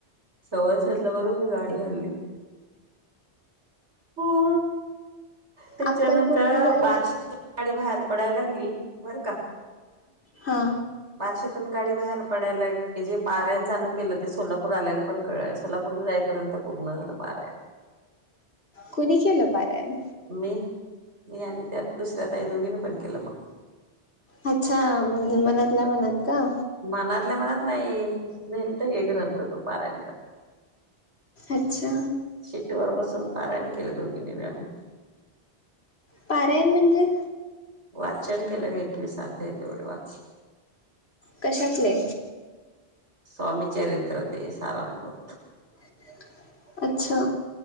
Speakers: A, on the right; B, on the left.
A: सव्वा सातला बरोबर गाडी डी हलली. हो. त्याच्यानंतर
B: अक्कलकोटला जायला
A: बारशीतून गाडी बाहेर पडायला लागली, बर का
B: हा हा.
A: बारशीतून गाडी बाहेर पडायला की जे पारायण चालू केलं ते सोलापूर आल्याला पण कळल नाय. सोलापूरला जाय पर्यंत पूर्ण झालं पारायण.
B: कुणी केलं पारायण?
A: मी, मी आणि त्या दुसऱ्या ताई, दोघीनी पण केलं मग.
B: अच्छा म्हणजे मनातला मनात का.
A: मनातल्या मनात नेलत एक <unintelligible> पारायण
B: अच्छा
A: सीट वर बसून पारायण केलं दोघींनी बी आम्ही.
B: पाारायण म्हणजे?
A: वाचन केलं ग एकवीस अध्याय तेवढे वाच
B: कशातले
A: स्वामी चरित्र ते सारामृत.
B: <inaudible> अच्छा.